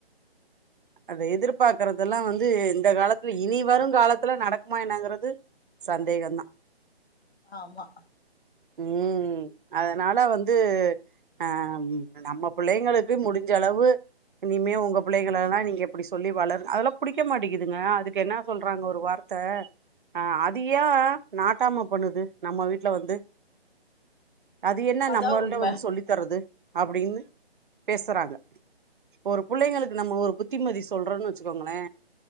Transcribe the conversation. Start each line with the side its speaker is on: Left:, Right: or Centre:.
Right: அத எதிர்பாக்றதெல்லா வந்து இந்த காலத்துல இனி வரூங் காலத்துல நடக்குமா என்னங்கிறது சந்தேகந்தா
Left: ஆமா
Right: ம் அதுனால வந்து ஆ நம்ம பிள்ளைங்களுக்கு முடிஞ்சளவு இனிமே உங்க பிள்ளைங்களல்லா நீங்க இப்டி சொல்லி வளர் அதெல்லா புடிக்க மாட்டிக்குதுங்க அதுக்கு என்ன சொல்றாங்க ஒரு வார்த்த ஆ அது ஏ நாட்டாம பண்ணுது நம்ம வீட்ல வந்து அது என்ன
Left: அதா
Right: நம்மள்ட்ட
Left: உண்ம
Right: வந்து சொல்லி தர்றது அப்டின்னு பேசுறாங்க ஒரு புள்ளைங்களுக்கு நம்ம ஒரு புத்திமதி சொல்றோன்னு வச்சுக்கோங்களே